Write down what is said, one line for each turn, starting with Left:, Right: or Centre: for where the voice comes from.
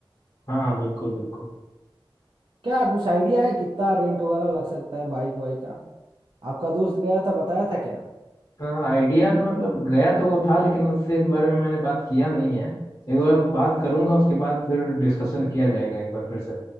Left: हाँ हाँ बिल्कुल बिल्कुल
Right: क्या कुछ आइडिया है कितना रेंट वगैरह लग सकता है बाइक वाइक का आपका दोस्त गया था बताया था क्या
Left: आइडिया तो मतलब गया तो वो था लेकिन उससे इस बारे में मैंने बात किया नहीं है एक बार बात करूंगा उसके बाद फिर डिस्कशन किया जाएगा एक बार फिर से